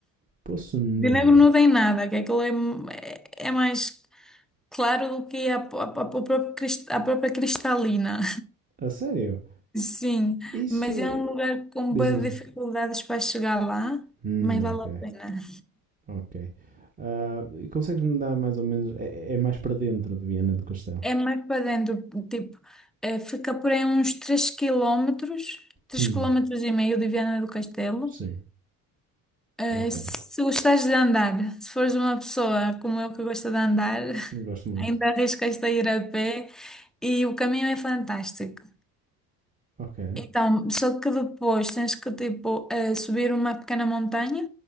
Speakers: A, on the right (about 15°); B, in the centre.
A: Poço Negro.
B: De negro não tem nada, que aquilo é, é, é mais claro do que a, a, a própria crist- a própria cristalina.
A: A sério?
B: Sim,
A: Isso.
B: mas é um lugar com
A: Diz,
B: boas
A: diz.
B: dificuldades para chegar lá,
A: Hum,
B: mas vale
A: ok,
B: a pena.
A: ok. Ah, e consegues-me dar mais ou menos. É, é mais para dentro de Viena do Castelo.
B: É mais para dentro, tipo, eh, fica por aí uns 3 km, três
A: Hum,
B: km e meio de Viana do Castelo.
A: sim.
B: Eh,
A: Ok.
B: se gostares de andar, se fores uma pessoa como eu que gosta de andar, <laughs>
A: Gosto muito.
B: ainda arriscas-te a ir a pé e o caminho é fantástico.
A: Ok.
B: Então, só que depois tens que, tipo, eh, subir uma pequena montanha